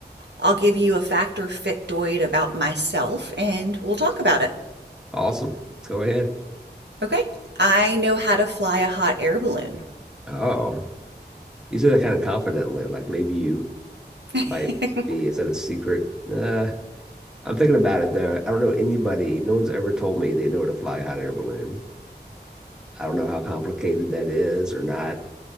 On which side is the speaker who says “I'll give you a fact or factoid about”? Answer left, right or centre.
Right